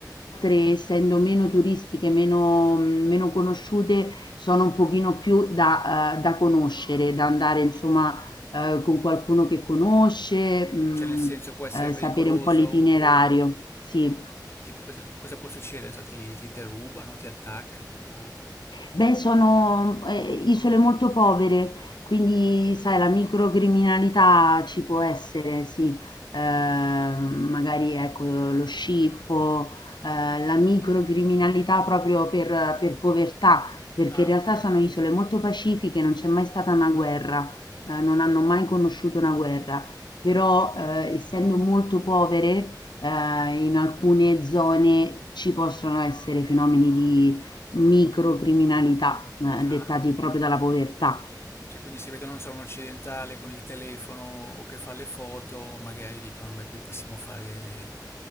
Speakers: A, on the left; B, on the left.
A: altre, essendo meno turistiche, meno, meno conosciute, sono un pochino più da, eh, da conoscere, da andare insomma eh, con qualcuno che conosce, mh,
B: Cioè nel senso può essere
A: eh,
B: pericoloso.
A: sapere un po' l'itinerario. Sì.
B: Tipo, cosa, cosa può succedere? Non so, ti, ti derubano, ti attaccano o...
A: Beh, sono, ehm, isole molto povere, quindi sai la microcriminalità ci può essere, sì. Ehm, magari ecco lo scippo, ehm, la microcriminalità proprio per per povertà, perché
B: Ah,
A: in realtà
B: ok,
A: sono
B: ok.
A: isole molto pacifiche, non c'è mai stata una guerra, ehm, non hanno mai conosciuto una guerra, però, ehm, essendo molto povere, ehm, in alcune zone ci possono essere fenomeni di microcriminalità, eh,
B: Ah,
A: dettati proprio dalla povertà.
B: cioè quindi se vedono, non so, un occidentale con il telefono o che fa le foto, magari dicono, beh, qui possiamo fare